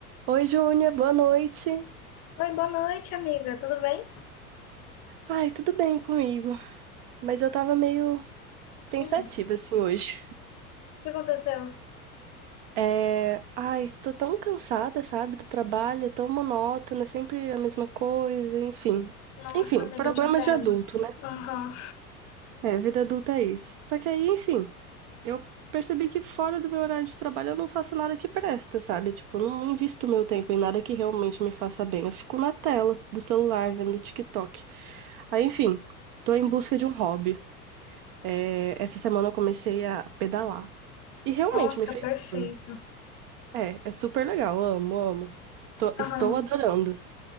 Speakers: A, on the right; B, on the left.
A: Oi, Júnia, boa noite.
B: Oi, boa noite, amiga. Tudo bem?
A: Ai, tudo bem comigo, mas eu tava meio pensativa
B: Hum,
A: assim hoje.
B: O que aconteceu?
A: É, ai, tô tão cansada, sabe, do trabalho, é tão monótono, é sempre a mesma coisa, enfim.
B: Nossa,
A: Enfim,
B: amiga,
A: problemas
B: eu te entendo.
A: de adulto, né?
B: Aham.
A: É, vida adulta é isso. Só que aí, enfim, eu percebi que fora do meu horário de trabalho eu não faço nada que presta, sabe? Tipo, eu não invisto meu tempo em nada que realmente me faça bem. Eu fico na tela do celular, vendo TikTok. Aí, enfim, tô em busca de um hobby. É, essa semana eu comecei a pedalar. E realmente
B: Nossa,
A: me fez
B: perfeito.
A: bem. É, é super legal. Amo, amo. Tô- estou
B: Aham.
A: adorando.